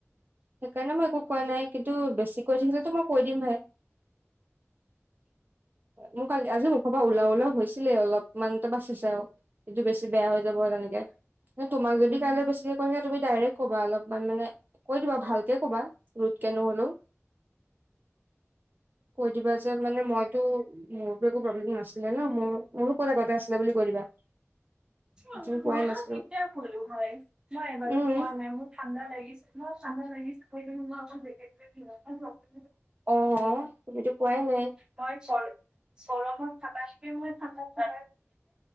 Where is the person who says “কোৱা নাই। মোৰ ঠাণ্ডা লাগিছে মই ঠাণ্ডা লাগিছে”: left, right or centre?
Right